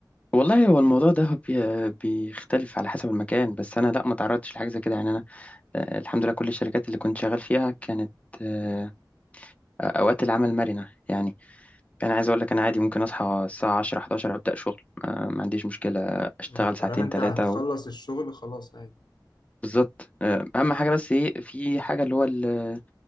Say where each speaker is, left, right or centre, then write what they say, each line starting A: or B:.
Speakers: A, on the left; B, on the left.
A: والله هو الموضوع ده بي- بيختلف على حسب المكان بس انا لا ما تعرضتش لحاجه زي كده يعني انا آه، الحمد لله كل الشركات اللي كنت شغال فيها كانت آه، اوقات العمل مرنه يعني انا عايز اقول لك انا عادي ممكن اصحى الساعه 10 11 ابدا شغل آه، ما عنديش مشكله اشتغل
B: مم.
A: ساعتين
B: مادام انت
A: ثلاثه
B: هتخلص
A: و...
B: الشغل خلاص عادي
A: بالظبط آه، اهم حاجه بس ايه في حاجه اللي هو ال-